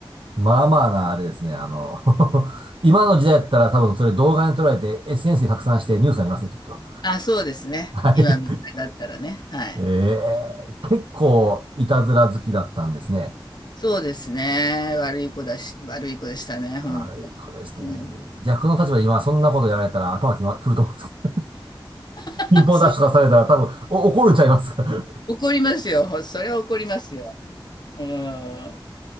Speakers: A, on the right (about 75°); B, on the left (about 55°).
A: まあまあな、あれですね。あの <laughs> 今の時代だったら多分それ動画に撮られて SNS で拡散してニュースになりますね、きっと。
B: あ、そうですね。
A: はい。
B: 今の時代だったらね、はい。
A: ええ、結構いたずら好きだったんですね。
B: そうですね。悪い子だし悪い子でしたね、
A: はい、
B: 本当
A: これですね。
B: うん。
A: 逆の立場で今そんなことやられたら頭きま、くると思うんですけど、
B: <laughs>
A: <laughs> ピンポンダッシュとかされたら多分お怒るんちゃいますか。
B: そう、
A: い
B: 怒りますよ。それは怒りますよ。うーん。